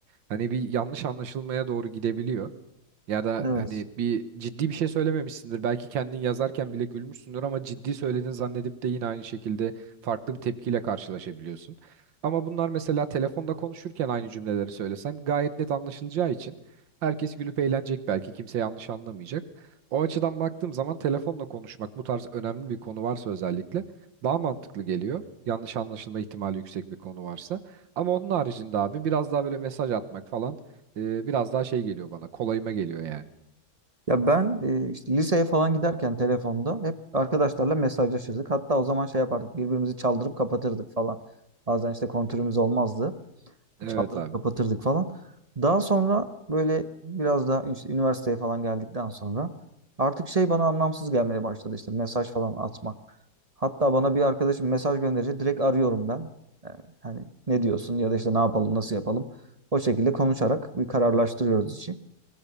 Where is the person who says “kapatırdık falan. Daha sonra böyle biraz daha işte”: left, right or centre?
Right